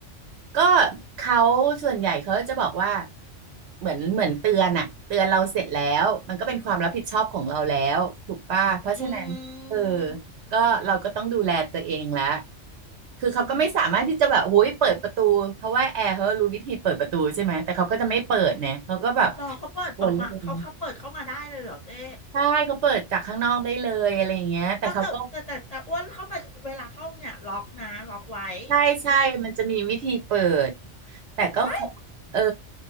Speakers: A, on the right; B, on the left.
A: ก็เขาส่วนใหญ่เขาจะบอกว่าเหมือนเหมือนเตือนอะเตือนเราเสร็จแล้วมันก็เป็นความรับผิดชอบของเราแล้วถูกป่ะเพราะฉะนั้นเออ
B: อืม
A: ก็เราก็ต้องดูแลตัวเองละคือเขาก็ไม่สามารถที่จะแบบโอ้ยเปิดประตูเพราะว่าแอร์เขารู้วิธีเปิดประตูใช่ไหมแต่เขาก็จะไม่เปิดเนี่ยเขาก็แบบ
B: อืมรอเขาเปิดออกมาเขาเขาเปิดเข้ามาได้เลยเหรอเจ๊
A: วนเลยใช่เขาเปิดจากข้างนอกได้เลยอะไรอย่างเงี้ยแต่เขาก็
B: เอาแต่แต่แต่แต่อ้วนเข้าไปเวลาเข้าเนี่ยล็อกนะล็อกไว้
A: ใช่ใช่มันจะมีวิธีเปิด
B: อืม
A: แต่ก็ขอเออ
B: ไว้